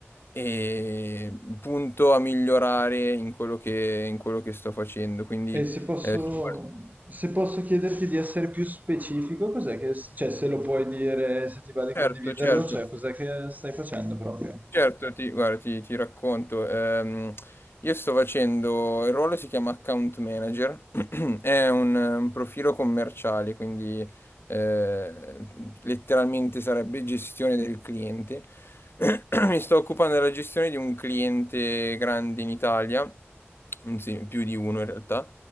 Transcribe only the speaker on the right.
E se posso,
se posso chiederti di essere più specifico, cos'è che, cioè se lo puoi dire, se ti va di
condividerlo,
cioè cos'è che stai facendo proprio?